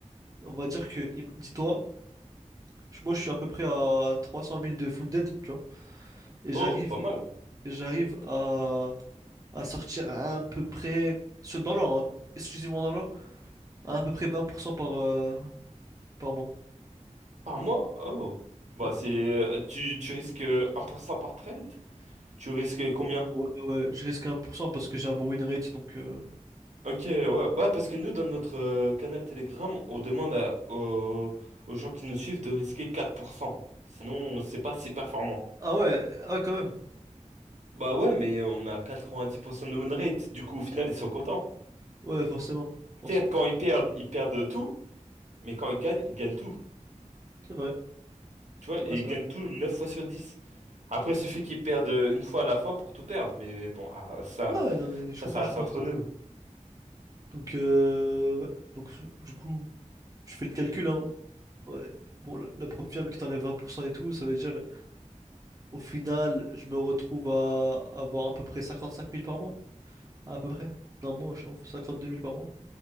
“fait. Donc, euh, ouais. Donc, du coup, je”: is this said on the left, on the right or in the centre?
Right